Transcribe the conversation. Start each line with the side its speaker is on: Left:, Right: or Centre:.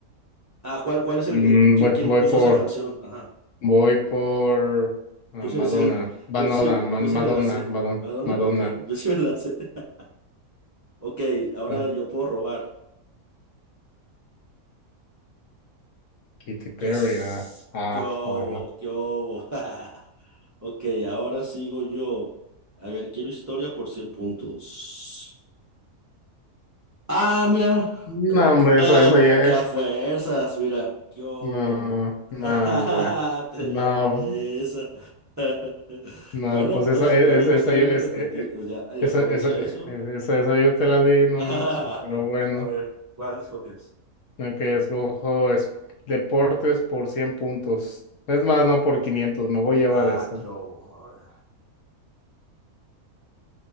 Right: Ah, ¿cuál, cuál es el,
Left: Mm,
Right: el qui-
Left: voy,
Right: quién
Left: voy
Right: puso
Left: por,
Right: esa canción? Ajá.
Left: voy por ah,
Right: Yo sí
Left: Madonna,
Right: me sé el-
Left: Madonna,
Right: yo sí,
Left: Ma-
Right: yo
Left: Madonna,
Right: sí me la sé.
Left: Madonna,
Right: ¿Madonna?
Left: Madonna,
Right: Ok, <laughs> yo sí me la sé. <laughs> Ok, ahora
Left: ah,
Right: yo puedo robar.
Left: Katy Perry,
Right: Yes.
Left: ah, ah,
Right: ¿Qué hubo?
Left: bueno.
Right: ¿Qué hubo? <laughs> Ok, ahora sigo yo. A ver, quiero historia por 100 puntos. Ah, mira.
Left: No, hombre,
Right: Ah,
Left: eso, eso
Right: güey,
Left: ya
Right: que
Left: es.
Right: a fuerzas, mira, yo
Left: No,
Right: <laughs>
Left: no, hombre.
Right: te
Left: No,
Right: gané esa. <laughs>
Left: no,
Right: Bueno,
Left: pues
Right: pues
Left: esa, e-
Right: ya vimos
Left: esa,
Right: que hay
Left: yo,
Right: unas
Left: es,
Right: repetidas,
Left: e- e-
Right: ya, ay,
Left: esa,
Right: aprovecha
Left: esa, e-
Right: eso.
Left: esa, esa yo te la di, no
Right: <laughs>
Left: manches, pero bueno.
Right: A ver, ¿cuál escoges?
Left: Ok, escojo es, deportes por 100 puntos. Es más, no por 500 me voy a
Right: Ah,
Left: llevar esa.
Right: qué hubo. A ver,